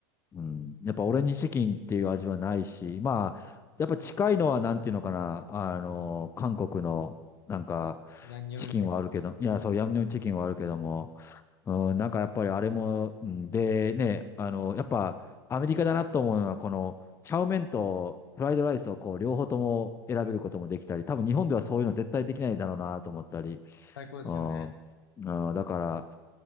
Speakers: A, on the left; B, on the left.
A: うん。やっぱオレンジチキンっていう味はないし、まあ、やっぱ近いのはなんていうのかな、あの、韓国のなんか
B: ヤンニョムみたいな。
A: チキンはあるけど、いや、そう、ヤムニョムチキンはあるけども、うん、なんかやっぱりあれも、うん、でね、あの、やっぱアメリカだなと思うのは、この、チャウメンとフライドライスをこう、両方とも選べることもできたり、多分日本ではそういうの絶対できないだろうなと思ったり、
B: 最高ですよね。
A: うん、うん、だから、